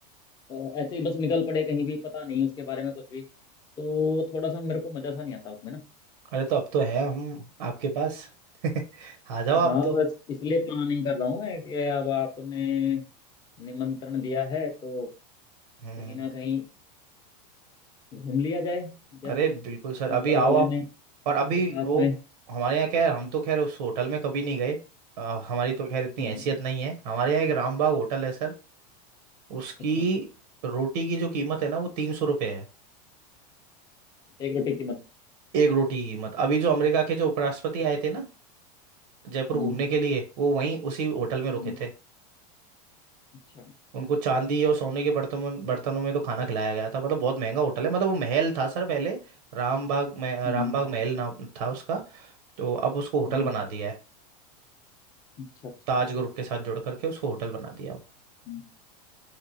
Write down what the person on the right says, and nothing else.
अरे तो अब तो है हम आपके पास <laughs> आ जाओ आप
तो
हम्म
अरे बिल्कुल सर अभी
आओ
आप
और अभी
वो
हमारे यहाँ क्या है हम तो खैर उस होटल
में कभी नहीं गए अ, हमारी तो खैर इतनी
हैसियत नहीं है हमारे यहाँ एक रामबाग होटल है सर उसकी
रोटी की जो कीमत है ना वो तीन सौ रुपये है
एक रोटी की कीमत अभी जो अमेरिका के जो उपराष्ट्रपति आए थे ना जयपुर
घूमने के लिए वो वहीं उसी होटल में रुके
थे
उनको चांदी और सोने के बर्तनों बर्तनों में तो खाना खिलाया गया था मतलब बहुत महंगा होटल है मतलब वो महल था सर पहले रामबाग में
रामबाग महल नाम था उसका तो अब उसको होटल
बना दिया है
ताज ग्रुप के साथ जोड़ करके उसको होटल बना दिया अब